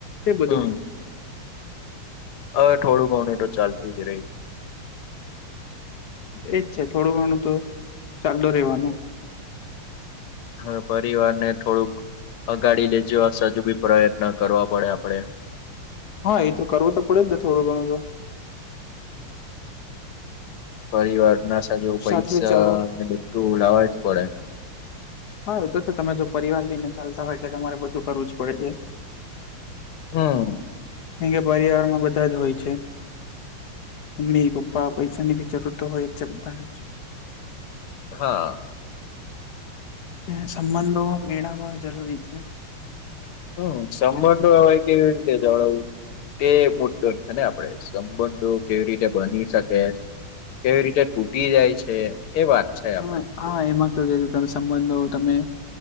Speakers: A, on the left; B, on the left.
A: એ બધું
B: હમ હવે, થોડું ઘણું એ તો ચાલતું જ રેય.
A: એજ છે થોડું ઘણું તો ચાલતું રેવાનું.
B: હ પરિવારને થોડુંક અગાડી લેઈ જવા સજુ બી પ્રયત્ન કરવા પડે આપડે
A: હા, એ તો કરવો તો પડેજ ને થોડું ઘણું તો
B: પરિવાર ના સાજવ પૈસા
A: સાથે ચાલો
B: ને બધું લાવવા જ પડે.
A: હા એ તો છે તમે જો પરિવાર લઈને ચાલતા હોય એટલે તમારે બધું કરવું જ પડે છે
B: હમ.
A: કારણકે પરિવારમાં બધા જ હોય છે. મમ્મી પપ્પા પૈસાની બી જરૂર તો હોય જ છે. બધાને જ
B: હા.
A: અને સંબંધો મેળવવા જરૂરી છે.
B: હમ. સંબંઓ એવા કેવી રીતે જવડાવું તે મુદ્દો છે ને, આપણે સંબંધો કેવી રીતે બની શકે. કેવી રીતે તૂટી જાય છે, એ વાત છે
A: હા,
B: આપડે
A: હા. એમાં કેવું છે? તમે સંબંધો તમે